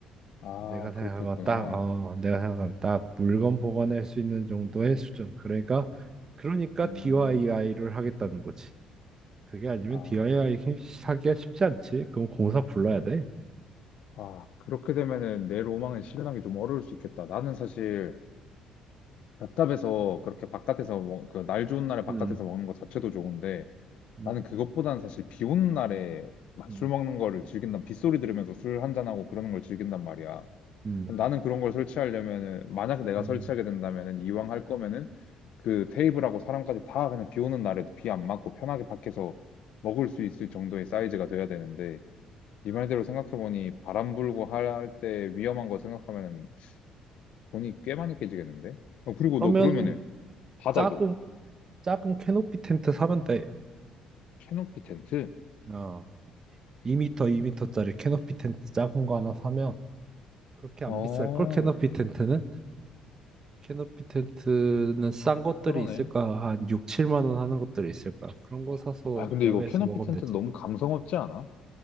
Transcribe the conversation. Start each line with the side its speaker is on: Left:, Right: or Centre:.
Left: 아,
Right: 내가 생각한
Left: 그렇겠구나.
Right: 딱, 어, 내가 생각한 딱 물건 보관할 수 있는 정도의 수준. 그러니까, 그러니까
Left: 음.
Right: DIY를 하겠다는 거지. 그게 아니면
Left: 아,
Right: DIY 하기가 쉽지 않지. 그럼 공사 불러야 돼.
Left: 아, 그렇게 되면은 내 로망은 실현하기 좀 어려울 수 있겠다. 나는 사실 벽탑에서 그렇게 바깥에서 먹, 그날 좋은 날에 바깥에서
Right: 음,
Left: 먹는 것 자체도 좋은데
Right: 음,
Left: 나는 그것보다는 사실 비 오는 날에 막
Right: 음,
Left: 술 먹는 거를 즐긴다 빗소리 들으면서 술 한 잔하고 그러는 걸 즐긴단 말이야.
Right: 음,
Left: 근데 나는 그런 걸 설치하려면은 만약에 내가
Right: 음.
Left: 설치하게 된다면은 이왕 할 거면은 그 테이블하고 사람까지 다 그냥 비 오는 날에도 비 안 맞고 편하게 밖에서 먹을 수 있을 정도의 사이즈가 돼야 되는데 네 말대로 생각해보니 바람 불고 할 때 위험한 거 생각하면 돈이 꽤 많이 깨지겠는데? 어, 그리고
Right: 그러면
Left: 너 그러면은 바닥은?
Right: 작은 작은 캐노피 텐트 사면 돼.
Left: 캐노피 텐트?
Right: 어, 2m, 2m짜리 캐노피 텐트 작은 거 하나 사면 그렇게
Left: 어,
Right: 안 비쌀 걸 캐노피
Left: 어,
Right: 텐트는? 캐노피 텐트는 싼 것들이
Left: 그러네.
Right: 있을까? 한 6, 7만 원 하는 것들이 있을까? 그런 거 사서
Left: 아, 근데
Right: 야외에서
Left: 이거 캐노피
Right: 먹으면
Left: 텐트
Right: 되지.
Left: 너무 감성 없지 않아?